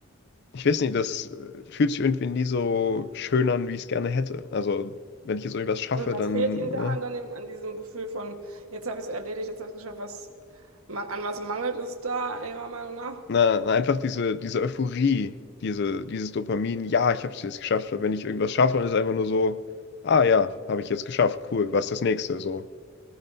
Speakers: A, on the left; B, on the right.
A: ich weiß nicht, das äh, fühlt sich irgendwie nie so schön an, wie ich es gerne hätte. Also, wenn ich jetzt irgendwas schaffe,
B: Und was
A: dann,
B: fehlt Ihnen da
A: ne?
B: an, dem, an diesem Gefühl von, jetzt habe ich es erledigt, jetzt habe ich es geschafft, was, ma- an was mangelt es da Ihrer Meinung nach?
A: na, na, einfach diese, diese Euphorie, diese, dieses Dopamin, ja, ich habe es jetzt geschafft. Aber wenn ich irgendwas schaffe, dann ist es einfach nur so, ah ja, habe ich jetzt geschafft, cool, was ist das nächste? So.